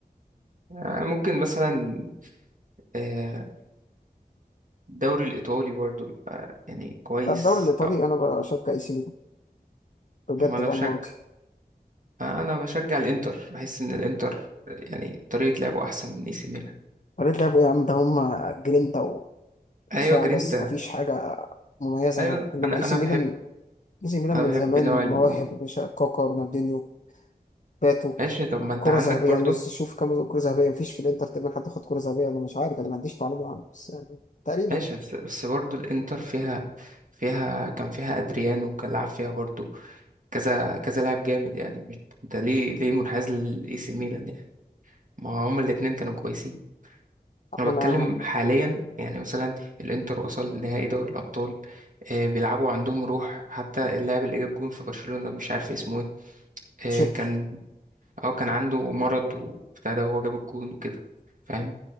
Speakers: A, on the right (about 55°); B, on the left (about 50°).
A: يعني ممكن مثلا آه، الدوري الإيطالي برضه بيبقى يعني كويس
B: لا، الدوري الايطالي
A: أو
B: انا بشجع اي سي ميلان بجد
A: ما أنا
B: بقى
A: بشجع
B: المره دي
A: آه، أنا بشجع الإنتر بحس إن الإنتر آه، يعني طريقة لعبه أحسن من إي سي ميلان
B: طريقه لعبوا ايه يا عم ده هم جرينتا و- ودفاع
A: ايوه جرينتا
B: بس مفيش حاجه مميزه
A: ايوه
B: يعني انما
A: انا
B: اي سي
A: انا
B: ميلان
A: بحب
B: اي سي ميلان
A: انا
B: من
A: بحب
B: زمان
A: نوع ال...
B: مواهب مش كاكا رونالدينيو باتو
A: ماشي طب ما انت
B: كرة
A: عندك
B: ذهبية
A: برضو
B: يعني بص شوف كام كرة ذهبية مفيش في الانتر تقريبا حد خد كرة ذهبية انا مش عارف انا ما عنديش معلومة عنه بس يعني تقريبا
A: ماشي بس بس برضو الانتر فيها فيها كان فيها ادريانو كان لعب فيها برضو كذا كذا لاعب جامد يعني مش انت ليه ليه منحاز للاي سي ميلان يعني ما هما الاتنين كانوا كويسين
B: اما
A: انا بتكلم
B: انا
A: حاليا يعني مثلا الانتر وصل لنهائي دوري الابطال آه بيلعبوا عندهم روح حتى اللاعب اللي جاب جون في برشلونة مش عارف اسمه ايه آه
B: تشيربي
A: كان اه كان عنده مرض وابتدى هو جاب الجون وكده فاهم